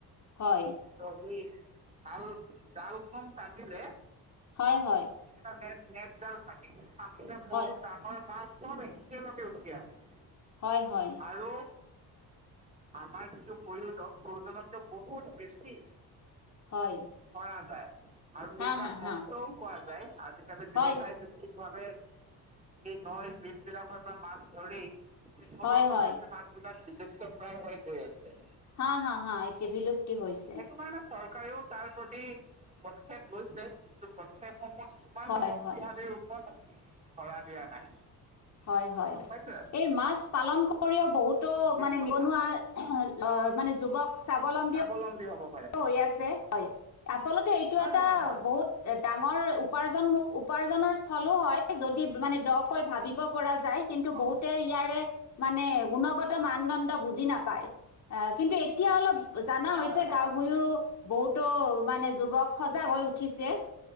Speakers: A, on the left; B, on the right.
A: হয়।
B: ত সেই জাল ডালখন টানিলে
A: হয় হয়।
B: এটা নেট নেট জাল থাকে সেইটো টানিলে সৰু
A: হয়
B: - ডাঙৰ মাছ চব একেলগে উঠি আহে।
A: হয় হয়।
B: আৰু আমাৰ যিটো প্ৰয়োজন প্ৰয়োজনতকৈ বহুত বেছি।
A: হয়
B: কৰা যায় আৰু
A: হা
B: সেইবিলাক
A: হা হা
B: নষ্টও কৰা যায়, আজিকালি ব্যৱসায়
A: হয়
B: ঠিক ভাৱে এই নৈ, বিলবিলাকৰ পৰা মাছ ধৰি এতিয়া থলুৱা
A: হয়
B: প্ৰজাতি
A: হয়
B: মাছবিলাক বিলুপ্ত প্ৰায় হৈ গৈ আছে।
A: হা, হা, হা, এতিয়া বিলুপ্তি হৈছে।
B: সেইটো কাৰণে চৰকাৰেও তাৰ প্ৰতি পদক্ষেপ লৈছে যিটো পদক্ষেপসমূহ ইমানো
A: হয়
B: শক্তিশালী
A: হয়
B: ৰূপত ধৰা দিয়া নাই।
A: হয়, হয়,
B: গম পাইছে
A: এই মাছ কৰিও বহুতো
B: সেইটো
A: মানে
B: কথা
A: নিবনুৱা অ', মানে যুৱক স্বাৱলম্বী
B: স্বাৱলম্বী হ'ব। পাৰে
A: হৈ আছে হয় আচলতে এইটো
B: হয়
A: এটা
B: হয় হয়
A: বহুত ডাঙৰ উপাৰ্জন ম উপাৰ্জনৰ স্থলো হয় যদি মানে দ'কৈ ভাবিব পৰা যায়। কিন্তু
B: অ
A: বহুতে ইয়াৰে মানে গুণগত মানদণ্ড বুজি নাপায়। অ', কিন্তু এতিয়া অলপ জানা
B: হয়
A: হৈছে।
B: হয়
A: উপৰিয়ো বহুতো মানে যুৱক সজাগ হৈ উঠিছে।